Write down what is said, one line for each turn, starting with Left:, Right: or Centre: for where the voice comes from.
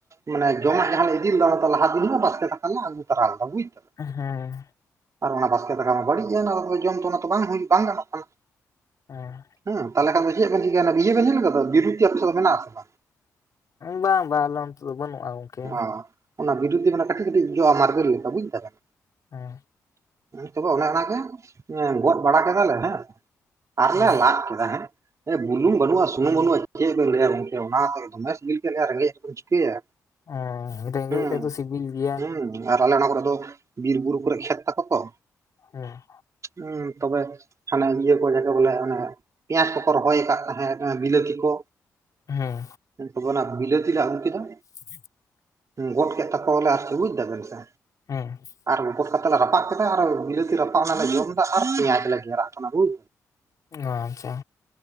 Right: ᱢᱟᱱᱮ ᱡᱚᱢᱟᱜ ᱡᱟᱦᱟᱸ ᱞᱮ ᱤᱫᱤ ᱞᱮᱫᱟ ᱚᱱᱟ ᱞᱟᱦᱟ ᱫᱤᱱ ᱢᱟ ᱵᱟᱥᱠᱮ ᱫᱟᱠᱟ ᱞᱮ ᱟᱹᱩ ᱛᱚᱨᱟ ᱞᱮᱫᱟ ᱵᱩᱡ ᱫᱟᱢ᱾
Left: ᱦᱮᱸ,
Right: ᱟᱨ ᱚᱱᱟ ᱵᱟᱥᱠᱮ ᱫᱟᱠᱟ ᱢᱟ ᱵᱟᱹᱲᱤᱡ ᱮᱱ ᱟᱫᱚ ᱛᱚᱵᱮ ᱡᱚᱢ ᱛᱚ ᱚᱱᱟ ᱛᱚ ᱵᱟᱝ ᱦᱩᱭ, ᱵᱟᱝ ᱜᱟᱱᱚᱜ ᱠᱟᱱᱟ᱾
Left: ᱦᱮᱸ,
Right: ᱦᱩᱸ ᱛᱟᱦᱚᱞᱮ ᱠᱷᱟᱱ ᱪᱮᱫ ᱵᱮᱱ ᱪᱤᱠᱟᱹᱭᱟ, ᱤᱭᱟᱹ ᱵᱮᱱ ᱧᱮᱞ ᱟᱠᱟᱫᱟ ᱵᱤᱨᱩᱛᱤ ᱟᱯᱮᱥᱮᱫ ᱫᱚ ᱢᱮᱱᱟᱜ ᱟᱥᱮ ᱵᱟᱝ?
Left: ᱵᱟᱝ ᱵᱟᱝ ᱟᱞᱮ ᱚᱱᱛᱮ ᱫᱚ ᱵᱟᱹᱱᱩᱜ-ᱟ ᱜᱚᱢᱠᱮ᱾
Right: ᱚ ᱚᱱᱟ ᱵᱤᱨᱩᱛᱤ ᱢᱟᱱᱮ ᱠᱟᱹᱴᱤᱡ ᱠᱟᱹᱴᱤᱡ ᱡᱚᱼᱟ ᱢᱟᱨᱵᱮᱞ ᱞᱮᱠᱟ ᱵᱩᱡ ᱫᱟᱵᱮᱱ᱾
Left: ᱦᱮᱸ,
Right: ᱛᱚᱵᱮ ᱚᱱᱮ ᱚᱱᱟᱜᱮ ᱜᱚᱫᱽ ᱵᱟᱲᱟ ᱠᱮᱫᱟᱞᱮ ᱦᱮᱸ, ᱟᱨᱞᱮ
Left: ᱦᱮᱸ
Right: ᱞᱟᱫ ᱠᱮᱫᱟ ᱦᱮᱸ ᱵᱩᱞᱩᱢ ᱵᱟᱹᱱᱩᱜ-ᱟ ᱥᱩᱱᱩᱢ ᱵᱟᱹᱱᱩ-ᱟ ᱪᱮᱫ ᱵᱮᱱ ᱞᱟᱹᱭᱟ ᱜᱚᱝᱠᱮ ᱚᱱᱟ ᱫᱚ ᱫᱚᱢᱮ ᱥᱤᱵᱤᱞ ᱠᱮᱜ ᱞᱮᱭᱟ ᱨᱮᱸᱜᱮᱡᱽᱡᱮ <unintelligible> ᱪᱤᱠᱟᱹᱭᱟ᱾
Left: ᱮᱸ ᱨᱮᱸᱜᱮᱡᱽ
Right: ᱦᱩᱸ
Left: ᱨᱮᱫᱚ ᱥᱤᱵᱤᱞ ᱜᱮᱭᱟ᱾
Right: ᱦᱩᱸ ᱟᱨ ᱟᱞᱮ ᱚᱱᱟ ᱠᱚᱨᱮ ᱫᱚ ᱵᱤᱨ ᱵᱩᱨᱩ ᱠᱚᱨᱮ ᱠᱷᱮᱛ ᱛᱟᱠᱚ ᱛᱚ᱾
Left: ᱦᱮᱸ,
Right: ᱦᱩᱸ ᱛᱚᱵᱮ ᱦᱟᱱᱮ ᱤᱭᱟᱹ ᱡᱟᱠᱮ ᱵᱚᱞᱮ ᱚᱱᱮ ᱯᱮᱸᱭᱟᱡᱽ ᱠᱚᱠᱚ ᱨᱚᱦᱚᱭ ᱟᱠᱟᱫ ᱛᱟᱦᱮᱸᱫ ᱵᱤᱞᱟᱹᱛᱤ ᱠᱚ,
Left: ᱦᱮᱸ
Right: ᱛᱚᱵᱮᱱᱟ ᱵᱤᱞᱟᱹᱛᱤ ᱞᱮ ᱟᱹᱜᱩ ᱠᱮᱫᱟ,
Left: <inaudible>
Right: ᱜᱚᱫᱽ ᱠᱮᱫ ᱛᱟᱠᱚᱣᱟᱞᱮ ᱟᱨ ᱪᱮᱫ ᱵᱩᱡ ᱫᱟᱵᱮᱱ ᱥᱮ,
Left: ᱦᱮᱸ
Right: ᱟᱨ ᱜᱚᱫ ᱠᱟᱛᱮᱫ ᱞᱮ ᱨᱟᱯᱜ ᱠᱮᱫᱟ ᱟᱨ ᱵᱤᱞᱟᱹᱛᱤ ᱨᱟᱯᱟᱜ ᱚᱱᱟ ᱞᱮ ᱡᱚᱢ ᱮᱫᱟ ᱟᱨ ᱯᱮᱸᱭᱟᱡᱽ ᱞᱮ ᱜᱮᱨᱟᱜ ᱠᱟᱱᱟ᱾ ᱵᱩᱡ?
Left: ᱚ, ᱟᱪᱪᱷᱟ,